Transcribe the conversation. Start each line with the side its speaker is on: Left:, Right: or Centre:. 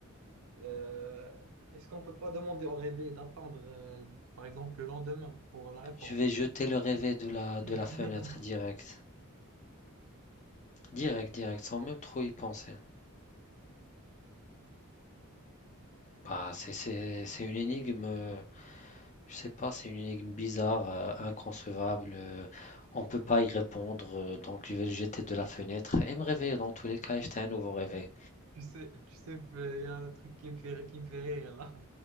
Right: euh, est-ce qu'on peut pas demander au réveil d'attendre, euh, par exemple, le lendemain pour la réponse?
Left: Je vais jeter le rêvé de la,
Right: <laughs>
Left: de la fenêtre direct. Direct, direct, sans même trop y penser. Bah, c'est c'est- c'est une énigme. euh, Je sais pas, c'est une énigme bizarre, euh, inconcevable. euh, on peut pas y répondre, euh, donc je vais le jeter de la fenêtre et me réveiller dans tous les cas et jeter un nouveau réveil.
Right: Tu sais, tu sais, il y a un truc qui me fait, qui me fait rire là.